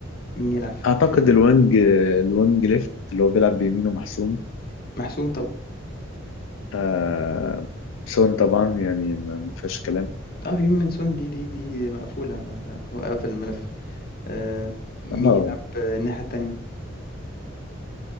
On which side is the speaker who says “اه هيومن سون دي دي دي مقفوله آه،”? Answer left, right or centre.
Left